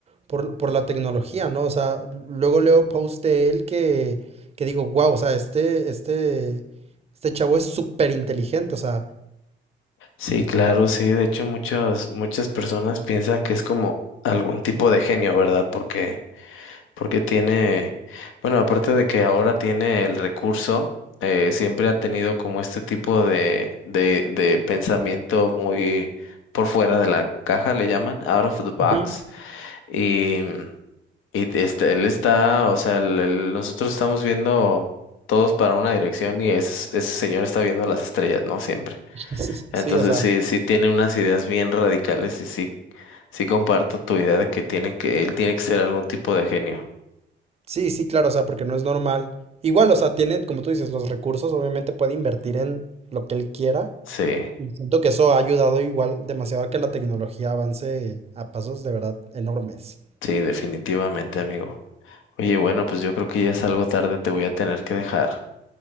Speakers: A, on the right; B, on the left.
A: por, por la tecnología, ¿no? O sea, luego leo post de él que, que digo, wow, o sea, este, este, este chavo es súper inteligente, o sea,
B: Sí, claro, sí. De hecho, muchas, muchas personas piensan que es como algún tipo de genio, ¿verdad? Porque porque tiene, bueno, aparte de que ahora tiene el recurso, eh, siempre ha tenido como este tipo de, de, de pensamiento muy por fuera de la caja, le llaman, out of the box,
A: Ujú.
B: y, y este, él está, o sea, el- el- nosotros estamos viendo todos para una dirección y ese, ese señor está viendo las estrellas, ¿no? Siempre.
A: <laughs>
B: Entonces
A: sí, o sea,
B: sí, sí tiene unas ideas bien radicales y sí, sí comparto tu idea de que tiene que, él tiene que ser algún tipo de genio.
A: Sí, sí, claro, o sea, porque no es normal. Igual, o sea, tiene, como tú dices, los recursos, obviamente puede invertir en lo que él quiera.
B: Sí.
A: Y siento que eso ha ayudado igual demasiado a que la tecnología avance a pasos de verdad enormes.
B: Sí, definitivamente, amigo. Oye, bueno, pues yo creo que ya es algo tarde, te voy a tener que dejar.